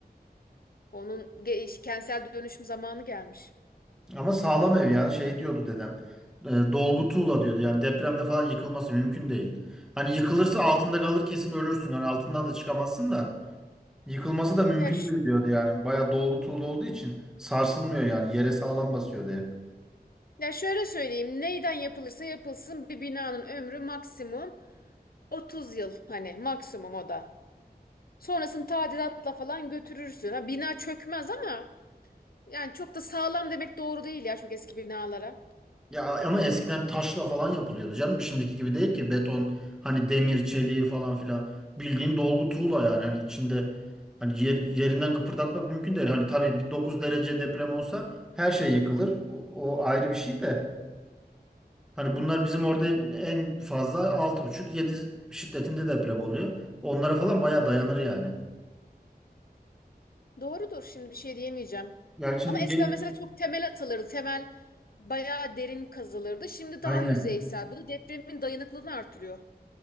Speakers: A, on the left; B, in the centre.
A: Onun ge- iş- kentsel dönüşüm zamanı gelmiş.
B: Ama sağlam ev ya. Şey diyordu dedem. E, dolgu tuğla diyordu. Yani depremde falan yıkılması mümkün değil. Hani yıkılırsa altında kalır kesin ölürsün. Hani altından da çıkamazsın da. Yıkılması da mümkün
A: Ya ş-
B: değil diyordu yani. Bayağı dolgu tuğla olduğu için sarsılmıyor yani. Yere sağlam basıyor ev.
A: Ya şöyle söyleyeyim, neyden yapılırsa yapılsın bir binanın ömrü maksimum 30 yıl hani maksimum o da. Sonrasını tadilatla falan götürürsün. Ha, bina çökmez ama yani çok da sağlam demek doğru değil ya çok eski binalara.
B: Ya ama eskiden taşla falan yapılıyordu canım. Şimdiki gibi değil ki beton, hani demir, çeliği falan filan. Bildiğin dolgu tuğla yani. Hani içinde hani yer, yerinden kıpırdatmak mümkün değil. Hani tabii bir 9 derece deprem olsa her şey yıkılır. O, o ayrı bir şey de. Hani bunlar bizim orada en fazla altı buçuk yedi şiddetinde deprem oluyor. Onlara falan bayağı dayanır yani.
A: Doğrudur şimdi bir şey diyemeyeceğim.
B: Ya şimdi
A: Ama eskiden
B: gel-
A: mesela çok temel atılırdı. Temel bayağı derin kazılırdı. Şimdi
B: Aynen.
A: daha yüzeysel. Bu da depremin dayanıklılığını artırıyor.